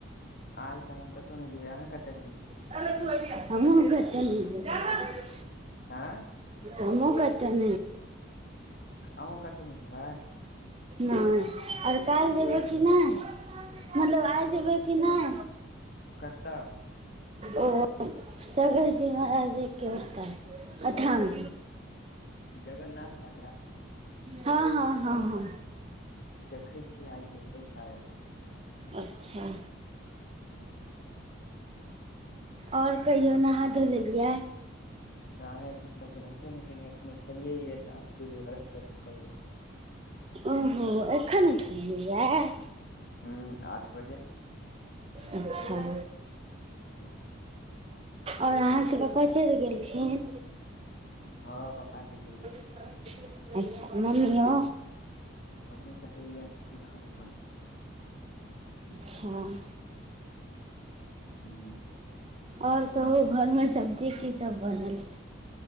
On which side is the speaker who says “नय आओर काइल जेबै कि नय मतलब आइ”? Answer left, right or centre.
Right